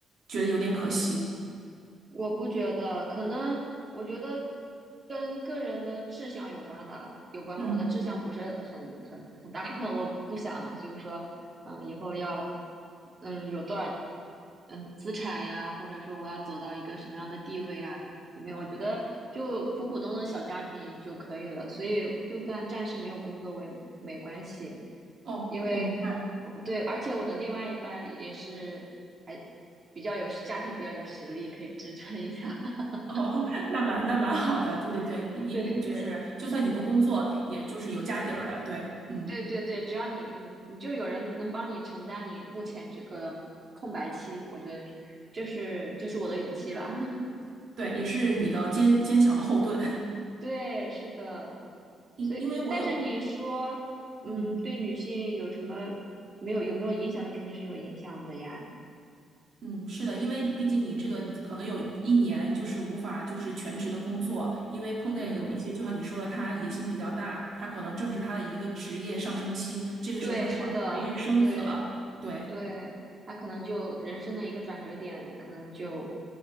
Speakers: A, on the right; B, on the right.
A: 觉得有点可惜？
B: 我不觉得，可能我觉得跟个人的志向有关的，有关吧。
A: 嗯，
B: 我的志向不是很很很大，<laughs> 我不想就是说，嗯，以后要，嗯，有多少，嗯，资产呀，或者说我要走到一个什么样的地位啊，我没有，我觉得就普普通的小家庭就可以了。所以就算暂时没有工作，我也没关系，
A: 哦，
B: 因为我对，
A: 我明白。
B: 而且我的另外一半也是。比较有家庭比较有实力，可以支撑一下。<laughs>
A: 哦，<laughs> 那蛮那蛮好的，对对对，你你就是，
B: 对对对
A: 就算你不工作，也就是有家底儿的，对，嗯，
B: 对对对，只要你你你就有人能帮你承担你目前这个空白期，我觉得这是这是我的勇气吧。<laughs>
A: 对，也是你的坚坚强的后盾，
B: 对，是的。
A: <laughs> 因因为我有，
B: 所以，但是你说，嗯，
A: 嗯
B: 对女性有什么没有有没有影响？那肯定是有影响的呀。
A: 嗯，是的，因为毕竟你这个可能有一年就是无法就是全职的工作，
B: 嗯
A: 因为碰见有一些，
B: 嗯，
A: 就像你说的，他野心比较大，他可能正是他的一个职业上升期，这个时候他突然怀孕生子了，
B: 对，是的，是对
A: 对，
B: 对，那可能就人生的一个转折点，可能就